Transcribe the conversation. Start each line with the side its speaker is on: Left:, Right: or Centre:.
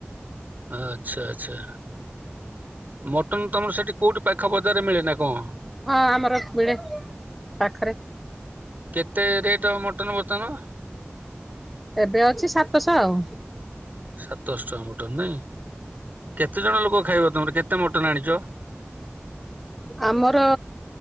Right: ଆଛା- ଆଛା। ମଟନ୍ ତମର ସେଠି କଉଠି ପାଖ ବଜାରରେ ମିଳେ ନା କଣ?
Centre: ହଁ ଆମର ମିଳେ ପାଖରେ।
Right: କେତେ ରେଟ ମଟନ୍ ବର୍ତ୍ତମାନ?
Centre: ଏବେ ଅଛି ସାତଶ ଆଉ।
Right: ସାତଶ ଟଙ୍କା ମଟନ୍ ନାଇଁ- କେତେ ଜଣ ଲୋକ ଖାଇବ ତମର କେତେ ମଟନ ଆଣିଚ?
Centre: ଆମର